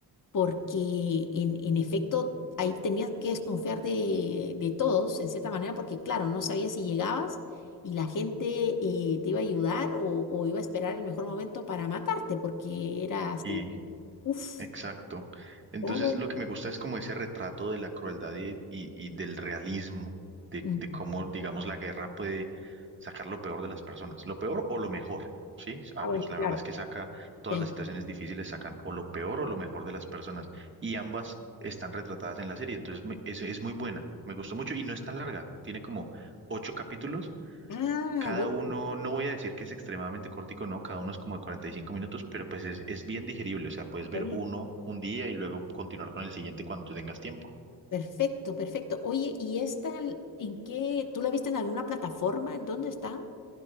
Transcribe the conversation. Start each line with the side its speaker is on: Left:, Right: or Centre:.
Left: porque en, en efecto ahí tenías que desconfiar de, de todos, en cierta manera, porque claro, no sabías si llegabas y la gente eh, te iba a ayudar o, o iba a esperar el mejor momento para matarte, porque era así.
Right: Y
Left: Uf,
Right: Exacto. Entonces
Left: oh,
Right: lo que me gusta es como ese retrato de la crueldad y, y- y del realismo, de,
Left: mm,
Right: de cómo, digamos, la guerra puede sacar lo peor de las personas, lo peor o lo mejor, ¿sí? Ah,
Left: ah, bueno,
Right: pues, la
Left: claro.
Right: verdad es que saca, todas
Left: sí.
Right: las situaciones difíciles sacan o lo peor o lo mejor de las personas y ambas están retratadas en la serie, entonces me- es, es muy buena, me gustó mucho y no es tan larga, tiene como ocho capítulos
Left: Ah,
Right: cada
Left: bueno,
Right: uno, no voy a decir que es extremadamente cortico, no, cada uno es como de 45 minutos, pero pues es, es bien digerible, o sea, puedes
Left: está
Right: ver
Left: bien.
Right: uno un día y luego continuar con el siguiente cuando tú tengas tiempo.
Left: Perfecto, perfecto. Oye, ¿y esta l- en qué? ¿Tú la viste en alguna plataforma? ¿En dónde está?